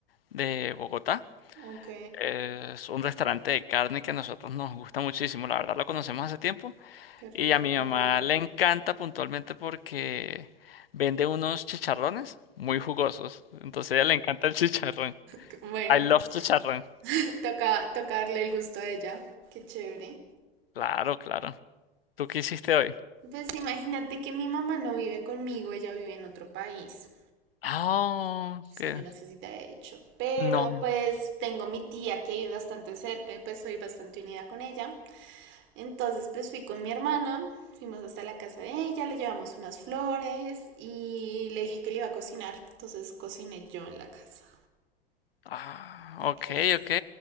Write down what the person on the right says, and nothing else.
Ok,
qué rico.
Qué- Bueno,
<laughs> toca, toca darle el gusto a ella. Qué chévere.
Pues imagínate que mi mamá no vive conmigo, ella vive en otro país.
Sí,
yo no sé si te había dicho. Pero
pues tengo mi tía que vive bastante cerca y pues soy bastante unida con ella. Entonces pues fui con mi hermana, fuimos hasta la casa de ella, le llevamos unas flores y le dije que le iba a cocinar. Entonces cociné yo en la casa,
para
que veas.